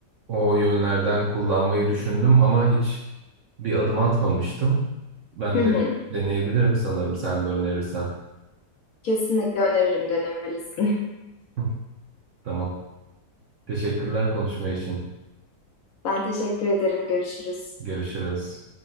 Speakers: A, on the right; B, on the left.
A: o yönlerden kullanmayı düşündüm ama hiç bir adım atmamıştım. Ben
B: Hı
A: de
B: hı.
A: deneyebilirim sanırım sen de önerirsen.
B: Kesinlikle öneririm denemelisin. <laughs>
A: <laughs> Tamam. Teşekkürler konuşma için.
B: Ben teşekkür ederim. Görüşürüz.
A: Görüşürüz.